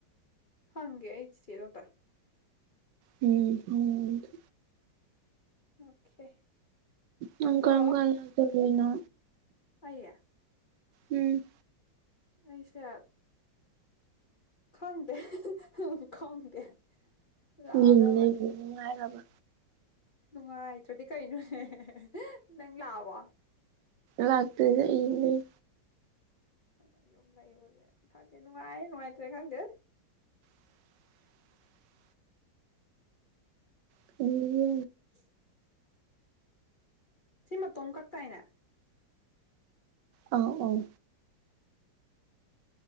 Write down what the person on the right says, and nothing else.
ꯎꯝ ꯍꯪꯉꯣ ꯑꯝꯇ
ꯅꯪ
ꯀꯔꯝꯀꯥꯟ ꯂꯥꯛꯇꯣꯔꯤꯅꯣ
ꯎꯝ
ꯌꯨꯝ ꯂꯩꯕ ꯅꯨꯡꯉꯥꯏꯔꯕ
ꯂꯥꯛꯇ꯭ꯔꯤꯗ ꯑꯩ ꯌꯨꯝ ꯂꯩ꯫
<unintelligible> <inaudible> ꯈꯟꯕꯤꯒꯦ
ꯑꯥꯎ ꯑꯥꯎ